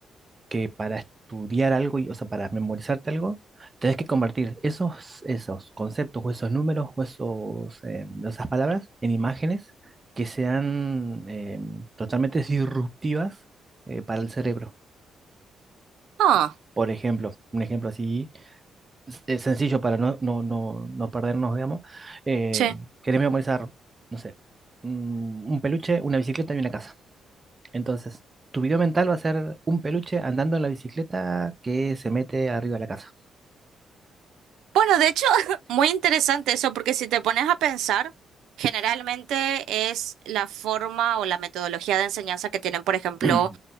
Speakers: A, on the right (about 25°); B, on the right (about 90°).
A: que para estudiar algo, y- o sea, para memorizarte algo, tenés que convertir esos, esos conceptos o esos números o esos, em, esas palabras en imágenes que sean em, totalmente disruptivas eh, para el cerebro.
B: Ah.
A: Por ejemplo, un ejemplo así es sencillo para no, no, no, no perdernos, digamos. Eh,
B: sí,
A: querés memorizar, no sé, un un peluche, una bicicleta y una casa. Entonces, tu video mental va a ser un peluche andando en la bicicleta que se mete arriba de la casa.
B: Bueno, de hecho, <laughs> muy interesante eso, porque si te pones a pensar, generalmente es la forma o la metodología de enseñanza que tienen, por ejemplo,
A: <clears throat>